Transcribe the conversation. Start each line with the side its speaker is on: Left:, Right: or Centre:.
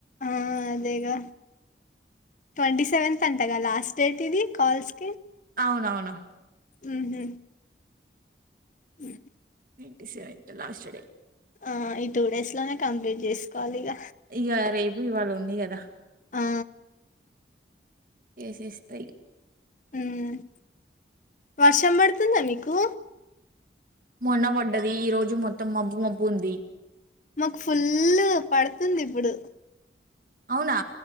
Left: ఆ అదేగా ట్వంటీ సెవెంత అంటగా లాస్ట్ డేట్ ఇది కల్స్ కి
Right: అవునవును
Left: ఉహూ ఉ
Right: ట్వంటీ సెవెంత్ లాస్ట్ డే
Left: ఆ ఈ టూ డేస్ లోనే కంప్లీట్ చేసుకోవాలి ఇగ
Right: ఇగ రేపు ఇవాళ ఉంది కదా
Left: ఆ
Right: చేసేస్తా ఇగ
Left: ఉమ్ వర్షం పడుతుందా నీకు
Right: మొన్న పడ్డది ఈ రోజు మొత్తం మబ్బు మబ్బు ఉంది
Left: మాకు ఫుల్ పడుతుంది ఇప్పుడు
Right: అవునా